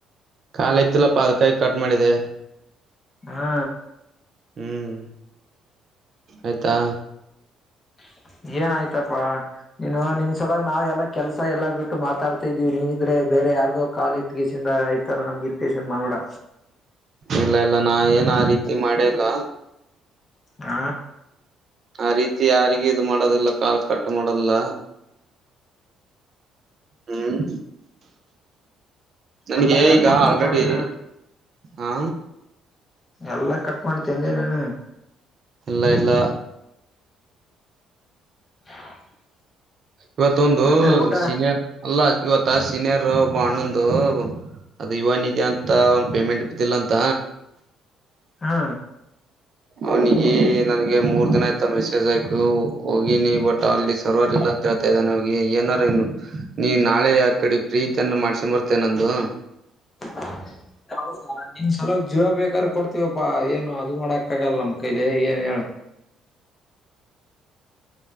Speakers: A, on the right; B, on the left.
A: ಕಾಲ ಇತ್ತಲ್ಲ ಪಾದ ಕಾಯಿ ಕಟ್ ಮಾಡಿದೆ
B: ಹಾ
A: ಹ್ಮ್ ಆಯ್ತಾ
B: <inaudible> ಏನ್ ಆಯ್ತಪ್ಪಾ ನೀನು ನಿನ್ಸಲ ನಾವ್ ಎಲ್ಲಾ ಕೆಲ್ಸ ಎಲ್ಲಾ ಬಿಟ್ಟು ಮಾತಾಡ್ತಾ ಇದಿದೀವಿ ನೀನಿದ್ರೆ ಬೇ ಬೇರೆ ಯಾರ್ದೋ ಕಾಲ್ ಇತ್ಗಸಿಂದ ಇತಾರ ನಮ್ಗೆ ಇರಿಟೇಷನ್ ಮಾಡಬೇಡ
A: ಇಲ್ಲ ಇಲ್ಲ ನಾ ಏನ್ ಆ ರೀತಿ ಮಾಡೇಲ್ಲ
B: ಹ
A: ಆ ರೀತಿ ಯಾರಿಗೆ ಇದು ಮಾಡೋದಿಲ್ಲ ಕಾಲ್ ಕಟ್ ಮಾಡಲ್ಲ ಹ್ಮ್ ನನ್ಗೆ
B: ಎಲ್ಲಾ ಕಟ್
A: ಈಗ
B: ಮಾಡ್ತಪ್ಪಾ
A: ಆಲ್ರೆಡಿ
B: ನೀನು
A: ಹಾ
B: ಎಲ್ಲಾ ಕಟ್ ಮಾಡ್ತಂದನನು
A: ಎಲ್ಲ ಎಲ್ಲ
B: <inaudible>
A: ಇವತ್ತೊಂದು
B: ಮತ್ತೆ ಊಟ
A: ಸೀನಿಯರ್ ಅಲ್ಲ ಇವತ್ತ ಸೀನಿಯರ್ ಓಬ ಅಣ್ಣಂದು ಅದ ಇವ ನಿದ್ದಿ ಅಂತ ಅವನ್ ಪೇಮೆಂಟ್ ಬಿದ್ದಿಲ್ಲ ಅಂತ
B: ಹಾ
A: ಅವನಿಗೆ ನನ್ಗೆ ಮೂರ್ ದಿನ ಆಯ್ತ ಮೆಸೇಜ್ ಆಯ್ತು ಹೋಗಿನಿ ಬಟ್ ಅಲ್ಲಿ ಸರ್ವರ್ ಇಲ್ಲಂತ ಹೇಳ್ತ ಗೆ ಏನಾರ ಇನ್ನು ನೀ ನಾಳೆ ಆ ಕಡೆ ಪ್ರೀತಿಯನ್ನ ಮಾಡ್ಸಂಬರ್ತೇ ನಂದು
B: <inaudible> ಹೌದಾ ನಿನ್ ಸಲ ಜೀವ ಬೇಕಾದಾರ ಕೊಡ್ತೀವಪ್ಪಾ ಏನು ಅದು ಮಾಡಕ್ ಆಗಲ್ಲ ನಮ್ ಕೈಲಿ ಏನ್ ಹೇಳ